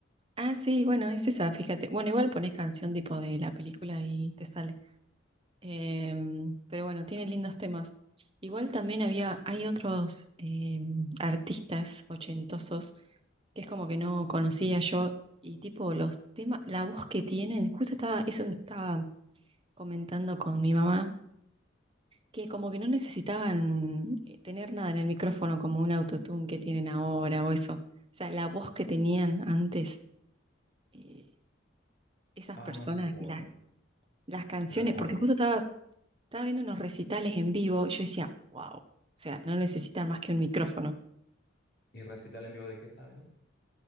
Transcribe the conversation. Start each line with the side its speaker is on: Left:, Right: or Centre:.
Right: Ah, sí, bueno, es esa, fíjate. Bueno, igual pones canción tipo de la película y te sale. Em, pero bueno, tiene lindos temas. Igual también había, hay otros em, artistas ochentosos que es como que no conocía yo y tipo los temas, la voz que tienen, justo estaba, eso estaba comentando con mi mamá que como que no necesitaban eh, tener nada en el micrófono como un autotune que tienen ahora o eso. O sea, la voz que tenían antes eh, esas
Left: Ah,
Right: personas,
Left: no, sí, pues
Right: y la-
Left: obvio.
Right: las canciones,
Left: Será como
Right: porque
Left: muy.
Right: justo estaba, estaba viendo unos recitales en vivo, yo decía, wow, o sea, no necesitan más que un micrófono.
Left: ¿Y recital en vivo de qué estaba viendo?